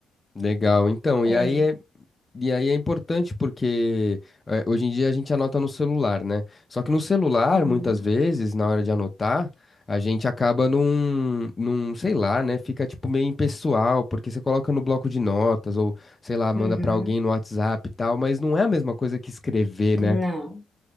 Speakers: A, on the left; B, in the centre.
A: Legal, então,
B: É.
A: e aí é, e aí é importante porque eh, hoje em dia a gente anota no celular, né? Só que no celular,
B: Uhum.
A: muitas vezes, na hora de anotar, a gente acaba num, num, sei lá, né? Fica tipo meio impessoal, porque você coloca no bloco de notas ou, sei lá, manda
B: Uhum.
A: pra alguém no WhatsApp e tal, mas não é a mesma coisa que escrever, né?
B: Não.